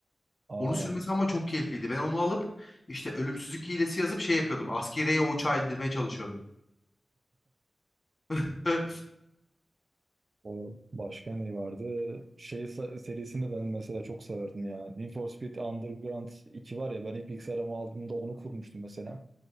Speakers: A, on the right (about 55°); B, on the left (about 40°).
A: Aa.
B: Onu sürmesi ama çok keyifliydi. Ben onu alıp işte ölümsüzlük hilesi yazıp şey yapıyordum. Askeriye o uçağı indirmeye çalışıyordum. <laughs>
A: O başka ne vardı? Şey sa- serisini ben mesela çok severdim ya. Need for Speed Underground iki var ya ben ilk bilgisayarımı aldığımda onu kurmuştum mesela.